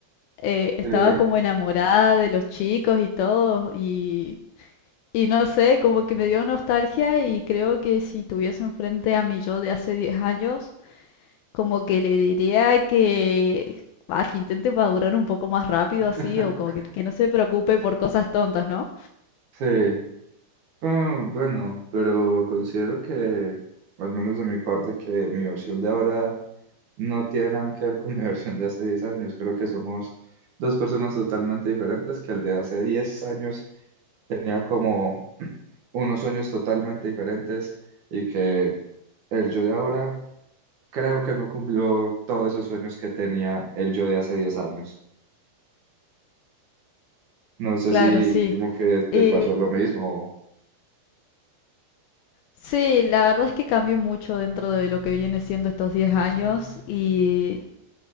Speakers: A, on the left; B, on the right.
A: Eh, estaba
B: Eh,
A: como enamorada de los chicos y todo y, y no sé, como que me dio nostalgia y creo que si tuviese enfrente a mi yo de hace 10 años, Como que le diría que, ah, que intente madurar un poco más rápido
B: <laughs>
A: así, o como que, que no se preocupe por cosas tontas, ¿no?
B: sí. Ah, bueno, pero considero que, al menos de mi parte, que mi versión de ahora no tiene nada que ver con mi <laughs> versión de hace 10 años. Creo que somos dos personas totalmente diferentes, que el de hace 10 años tenía como <clears throat> unos sueños totalmente diferentes y que el yo de ahora creo que no cumplió todos esos sueños que tenía el yo de hace 10 años. No sé
A: Claro,
B: si
A: sí.
B: como que te
A: Eh,
B: pasó lo mismo.
A: sí, la verdad es que cambié mucho dentro de lo que viene siendo estos 10 años y,